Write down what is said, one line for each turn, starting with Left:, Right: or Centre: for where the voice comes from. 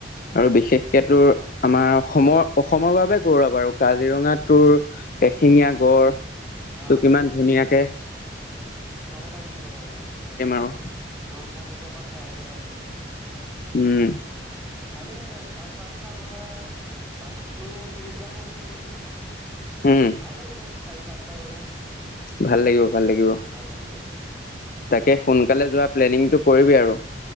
Left: আৰু বিশেষকে তোৰ আমাৰ অসমৰ অসমৰ বাবে গৌৰৱ আৰু কাজিৰঙা তোৰ এশিঙীয়া
Centre: উম
Left: গড়
Centre: অ
Left: টো কিমান ধুনীয়া। কে
Centre: চাব পাৰিম চব আৰু
Left: আৰু
Centre: অঁ চব ওচৰৰ পৰা চাই আহিব পাৰিম।
Left: উম।
Centre: আমি চাৰি পাঁচটা গ'লে বাজেটটো মিলি যাব গোটেইখিনি
Left: উম
Centre: ভাল লাগে বাৰু চাই পাঁচটা গ'লে।
Left: ভাল লাগিব ভাল লাগিব।
Centre: ভাল লাগিব
Left: তাকে সোনকালে যোৱা প্লেনিংটো কৰিবি আৰু।